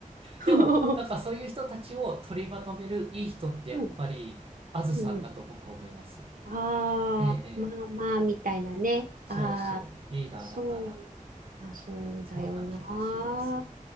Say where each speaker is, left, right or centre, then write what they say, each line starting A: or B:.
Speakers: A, on the right (about 85°); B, on the right (about 45°).
A: <laughs>
B: でも、なんかそういう人たちを取りまとめるいい人ってやっぱり、
A: うん。
B: あずさんだと僕思います。
A: うん。ああ、
B: ええ、ええ。
A: まあまあ、みたいなね。
B: そうそう。
A: ああ、
B: リーダーだから、
A: そう、あ、そうだよな。
B: そんな気がします。